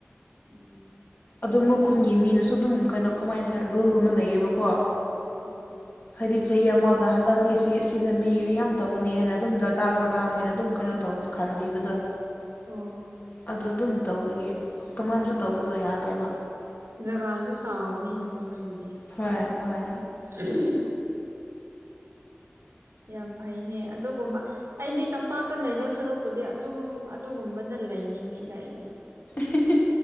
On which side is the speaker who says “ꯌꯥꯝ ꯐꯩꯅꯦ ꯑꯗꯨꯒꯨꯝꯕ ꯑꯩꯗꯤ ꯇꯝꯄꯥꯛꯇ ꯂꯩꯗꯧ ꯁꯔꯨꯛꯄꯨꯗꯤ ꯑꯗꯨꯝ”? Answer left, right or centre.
Right